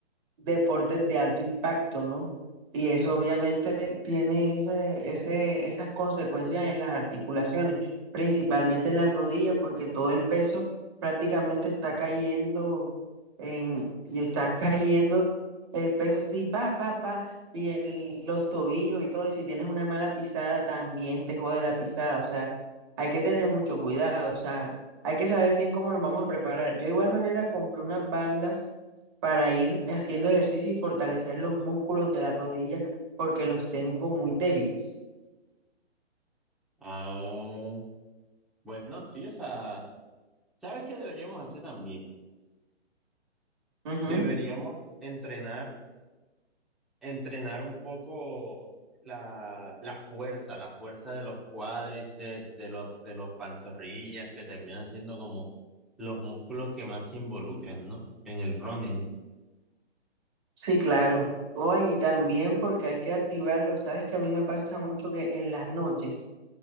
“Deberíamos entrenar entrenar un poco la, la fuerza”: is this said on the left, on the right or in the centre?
Centre